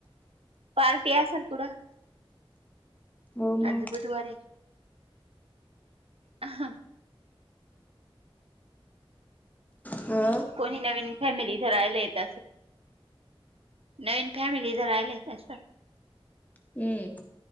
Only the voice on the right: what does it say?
पार्टी अस सल कुडं
आज बुधवारी. ह.
कोणी नवीन फॅमिली ज राहिला येत. नवीन फॅमिली जर राहिले तं.